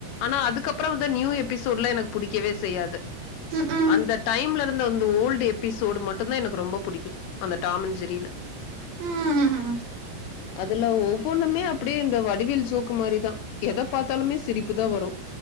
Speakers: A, on the left; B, on the right.
A: ஆனா அதுக்கப்பற வந்து நியூ எபிசோட்ல எனக்கு புடிக்கவே செய்யாது
B: ம் ம்
A: அந்த டைம்ல ந்த அந்து ஓல்டு எபிசோடு மட்டுந்தா எனக்கு ரொம்ப புடிக்கு அந்த டாம் அண்ட் ஜெரில
B: உம்
A: அதுல ஒவ்வொண்ணுமே அப்டே இந்த வடிவேல் ஜோக்கு மாரிதா எத பாத்தாலுமே சிரிப்புதா வரோ